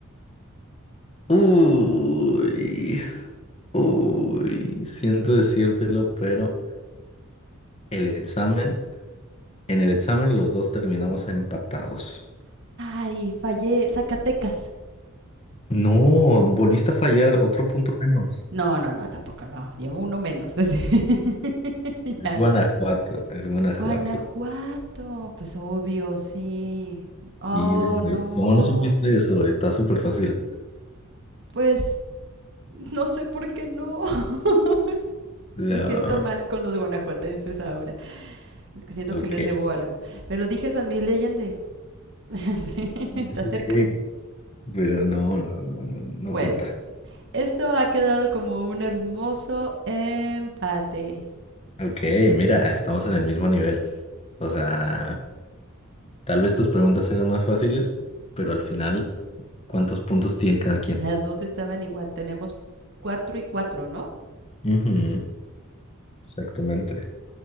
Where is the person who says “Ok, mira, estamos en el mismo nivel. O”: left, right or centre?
Left